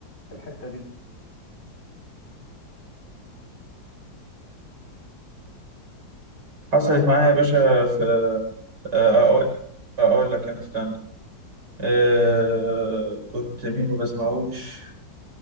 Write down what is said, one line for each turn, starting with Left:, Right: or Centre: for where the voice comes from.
Left: في الحتة دي
Right: حصلت
Left: او حصل
Right: معايا يا باشا في آه، اقول اقول لك انا استنى آه، كنت مين ما بسمعوش